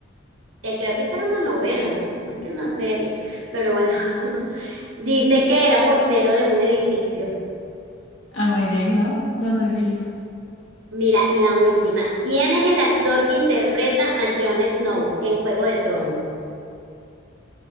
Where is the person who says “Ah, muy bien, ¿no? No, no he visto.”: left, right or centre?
Left